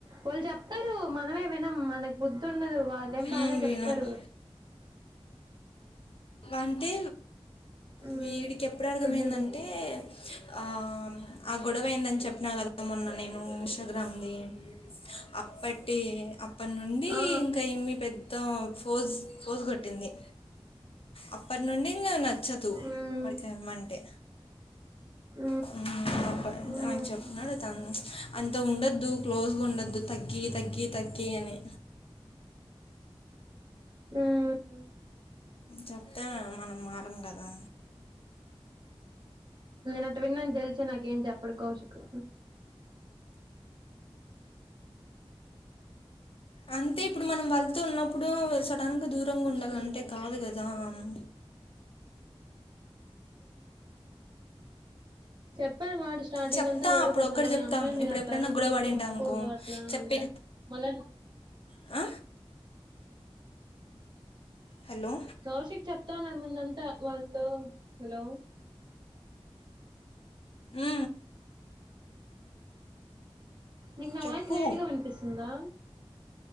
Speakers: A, on the right (about 45°); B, on the left (about 60°).
A: వాళ్ళు చెప్తారు మనమే వినం నాకు బుద్ధి ఉండదు వాళ్ళేం బానే
B: "ఉమ్,
A: చెప్తారు
B: వినం అంటే
A: మ్మ్,
B: వీడికి ఎప్పుడర్థమైందంటే
A: ఇప్పుడు చూడు
B: ఆ ఆ గొడవ అయిందని చెప్పిన కదా మొన్న నేను ఇన్స్టాగ్రామ్ది అప్పటి అప్ అప్పటి నుండి
A: ఆ
B: ఇంకా ఏమి పెద్ద ఫోజ్ ఫోజ్ కొట్టింది అప్పటి నుండి ఇంకా నచ్చదు
A: మ్మ్,
B: వాడికిమ్మంటే
A: మ్మ్,
B: హ్మ్
A: మ్మ్,
B: నాకు చెప్తున్నాడు తను అంత ఉండొద్దు క్లోజ్గా ఉండద్దు తగ్గి తగ్గి తగ్గి అని
A: హ్మ్
B: చెప్తా మనం మారం కదా
A: నేను అటు వినని తెలిసే నాకేం చెప్పడు కౌషికు
B: అంతే ఇప్పుడు మనం వాళ్ళతో ఉన్నప్పుడు సడన్ గా దూరంగా ఉండాలంటే
A: మ్మ్.
B: కాదు కదా దాన్
A: చెప్పల్ మడు స్టార్టింగ్
B: చెప్తా
A: అంతా గొడవ
B: అప్పుడు
A: పడుతున్నా
B: ఒక్కటి
A: కానీ
B: చెప్తా
A: అమ్మాయిలు మీరు
B: ఇప్పుడు
A: అట్లా
B: ఎప్పుడైనా
A: అరవకూడదు
B: గొడవ పడింటా
A: చెప్పకూడదు
B: అనుకో
A: అట్లా
B: చెప్పే
A: అంటే మళ్ళ
B: ఆ హలో
A: కౌశిక్ చెప్తా ఉన్నాడు ముందంతా వాళ్ళతో హలో
B: ఉ ఉ
A: నీకు నా
B: చెప్పు
A: వాయిస్ లేట్గా వినిపిస్తుందా